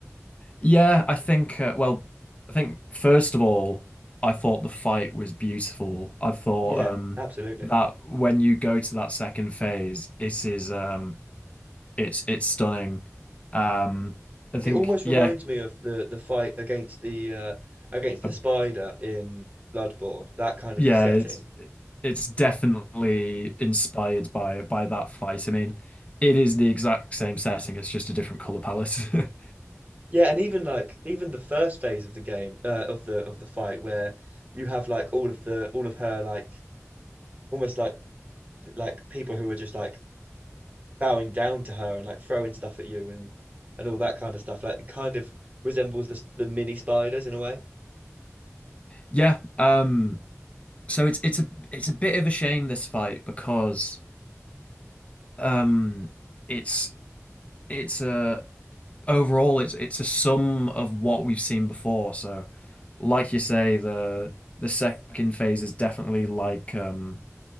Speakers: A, on the left (about 25°); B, on the right (about 30°).
A: Yeah, I think, uh, well, I think first of all, I thought the fight was beautiful. I thought
B: yeah
A: um
B: absolutely
A: that when you go to that second phase, it is um it's it's stunning. Um I think
B: it almost
A: yeah,
B: reminds me of the the fight against the uh against the
A: uh,
B: spider in Bloodborne that kind
A: yeah,
B: of setting
A: it's it's definitely inspired by by that fight. I mean, it is the exact same setting, it's just a different color palette. <laughs>
B: Yeah, and even like even the first phase of the game uh, of the of the fight where you have like all of the all of her like almost like like people who are just like bowing down to her and like throwing stuff at you and and all that kind of stuff like it kind of resembles the the mini spiders in a way.
A: Yeah, um so it's it's a it's a bit of a shame this fight because Um, it's it's a overall it's it's a sum of what we've seen before. So, like you say, the the second phase is definitely like um